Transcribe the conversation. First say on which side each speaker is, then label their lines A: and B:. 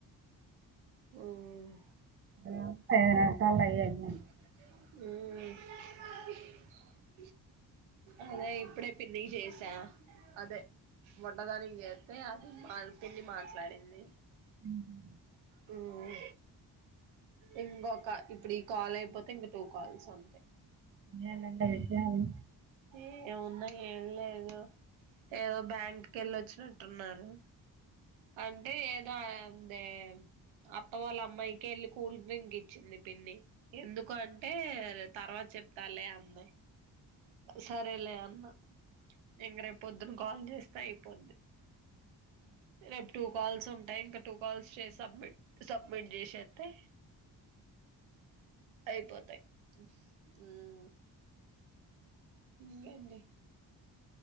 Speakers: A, on the right; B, on the right.
A: హ్మ్
B: ఏత్తె నిమిషాల్లో అయ్యేనా
A: హ్మ్ <unintelligible> అదే ఇప్పుడే పిన్ని గి చేసా అదే బుడ్డ దాని ఏత్తె అది మాల్ పిన్ని మాట్లాడింది
B: హ్మ్ హు
A: హ్మ్ ఇంగొక ఇప్పుడు ఈ కాల్ అయిపోతే ఇంకా టూ కాల్స్ అంతే
B: ఇంగేందంట విషయాలు
A: ఏ ఏమున్నా ఏం లేదు ఏదో బ్యాంక్ కెల్లోచ్చు వచ్చినట్టున్నారు అంటే ఏదో అదే అత్త వాళ్ళ అమ్మాయికి వెళ్ళి కూల్ డ్రింక్ ఇచ్చింది పిన్ని ఎందుకు అంటే అర్ తర్వాత చెప్తాలే అంది. సరేలే అన్నా ఇంగ రేప్పొద్దున కాల్ జేస్ తయ్ పోద్ది రేపు టూ కాల్స్ ఉంటాయి ఇంకా టూ కాల్స్ చే సబ్మిట్ సబ్మిట్ జేసేత్తె అయిపోతాయ్ హ్మ్ ఇంగేంది